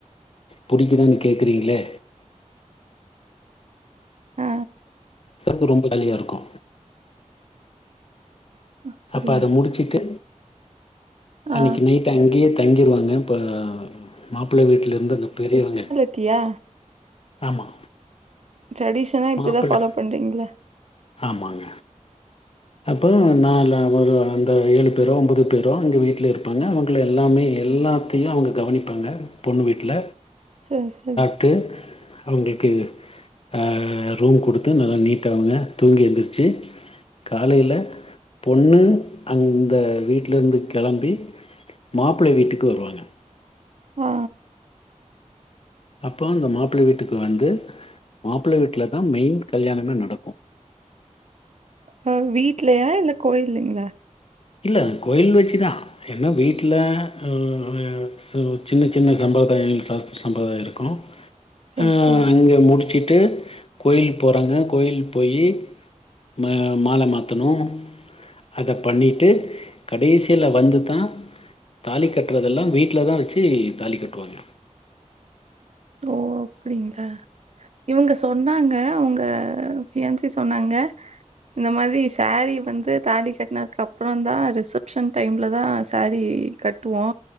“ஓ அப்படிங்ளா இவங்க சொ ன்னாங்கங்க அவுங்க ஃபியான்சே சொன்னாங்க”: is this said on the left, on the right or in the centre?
Right